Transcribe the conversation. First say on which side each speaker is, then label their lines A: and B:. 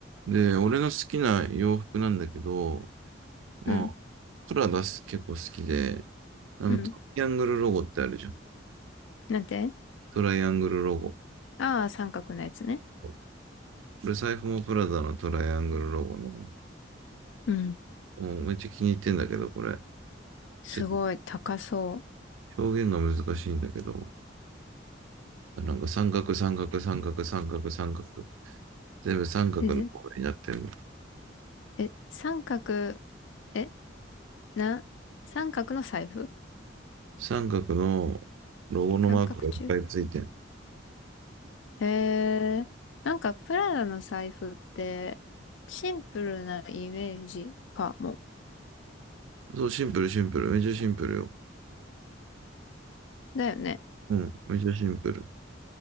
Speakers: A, on the right; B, on the left.
A: で、俺の好きな洋服なんだけど、まあ、
B: うん。
A: トラがす結構好きで、あの、
B: うん。
A: トライアングルロゴってあるじゃん。
B: なんて
A: トライアングルロゴ。
B: ああー、三角のやつね。
A: これ財布もプラダのトライアングルロゴの、も
B: うん。
A: うめっちゃ気に入ってんだけど、これ。
B: すごい、
A: ちょっと
B: 高そ
A: 表現が難しいんだけど、なんか三角、三角、三角、三角、三角。全部三角の方になってんの。
B: う。え、ぜえ、三角、え、な、三角の財布
A: 三角のロゴのマークがいっぱいついてん。
B: 三角柱へえ、なんかプラダの財布って、シンプルなイメージかも。
A: そう、シンプル、シンプル。めっちゃシンプルよ。
B: だよね。
A: うん、めっちゃシンプル。